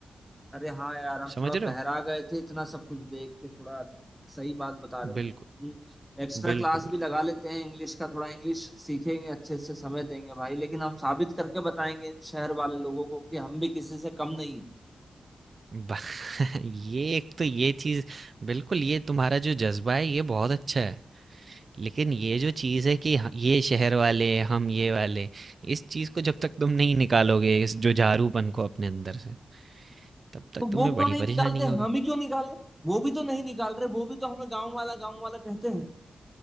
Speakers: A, in the centre; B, on the right.
A: अरे हाँ यार हम
B: समझ
A: थोड़ा बहरा
B: रहे हो?
A: गए थे इतना सब कुछ देख के थोड़ा सही बात बता रहे हो
B: बिल्कुल,
A: तुम एक्स्ट्रा
B: बिल्कुल,
A: क्लास
B: बिल्कुल।
A: भी लगा लेते हैं इंग्लिश का थोड़ा इंग्लिश सीखेंगे अच्छे से समय देंगे भाई लेकिन हम साबित करके बताएंगे इन शहर वाले लोगों को कि हम भी किसी से कम नहीं है
B: बा <laughs> ये एक तो ये चीज़ बिल्कुल ये तुम्हारा जो ज़ज्बा है ये बहुत अच्छा है। लेकिन ये जो चीज़ है कि ह ये शहर वाले, हम ये वाले, इस चीज़ को जब तक तुम नहीं निकालोगे, इस जुझारूपन को अपने अंदर से, तब तक
A: तो
B: तुम्हें
A: वो क्यों
B: बड़ी
A: नहीं निकालते
B: परेशानी होगी।
A: हम ही क्यों निकाले वो भी तो नहीं निकाल रहे वो भी तो हमें गाँव वाला गाँव वाला कहते हैं